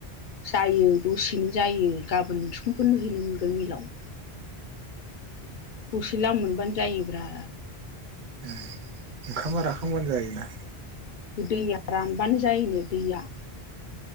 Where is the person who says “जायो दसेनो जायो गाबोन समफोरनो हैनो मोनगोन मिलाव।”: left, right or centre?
Left